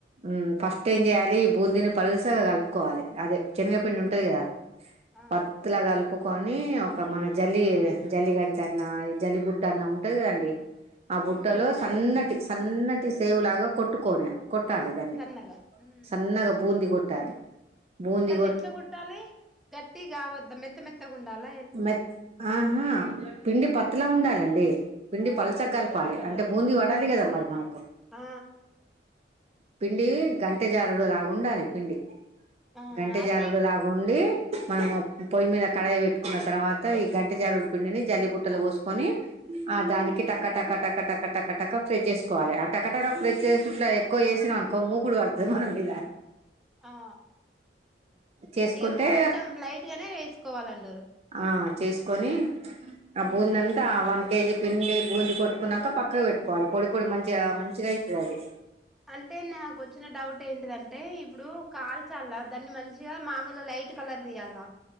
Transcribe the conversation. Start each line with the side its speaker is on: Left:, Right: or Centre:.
Right: ఉమ్, ఫస్ట్ ఏం జేయాలి బూందీని పలసగా కలుపుకోవాలి అదే శనగ పిండి
Centre: ఉమ్
Right: ఉంటది కదా
Centre: ఆ
Right: పత్తు లాగా కలుపు కొని ఒక మన జల్లి జల్లి గంట అన్న ఈ జల్లి బుట్ట అన్నా ఉంటది కదండి ఆ బుట్టలో
Centre: ఉమ్ ఉమ్
Right: సన్నటి సన్నటి సేవులాగా కొట్టుకొని కొట్టాళి దాన్ని
Centre: సన్నగా ఉమ్
Right: సన్నగా బూంది కొట్టి ట్టదు బూంది
Centre: అంటే అది ఎట్లు కొట్టాలి గట్టి కావద్ద మెత్త మెత్తగా ఉండాలల
Right: మ ఆహా పిండి ప ఎట్లా ఉండాలండి పిండి పలచగ్గలపాలి అంటే బూందీ పడాలి కదా మరి మనకు
Centre: ఆ
Right: పిండి గంటె జారుడు లాగా ఉండాలి పిండి
Centre: ఆ ఆ
Right: గంటె
Centre: అది
Right: జారుడు లాగుండి మన పొయ్య మీద కడయి పెట్ ట్టిన తర్వాత ఈ గంటె జారుడి పిండిని జల్లిబుట్టలొ పోసుకొని ఆ దానికి టక్క టక్క టక్క టక్క టక్క టక్క ఫ్రజ్ చేసుకోవాలి అ టకటక ప్రెస్చ చేసి ఇట్ల ఎక్కువ ఏసినావనుకొ మూకుడు పడుతుంది మన మీద
Centre: ఆ
Right: చేసుకుంటే
Centre: ఇక కొంచెం లైట్ గానే వేసుకోవాల <unintelligible>
Right: ఆ చేసుకొని ఆ బూంద అంతా వన్ కేజీ పిండి బూంది కొట్టుకున్నాక పక్కకు పెట్టుకోవాలి పొడి పొడి మంచిగా మంచిగా అయితది అది
Centre: అంటే నాకు వచ్చిన డౌట్ ఏంటిదంటే ఇప్పుడు కాల్చాలా దాన్ని మంచిగా మామూలు లైట్ కలర్ తీయాలన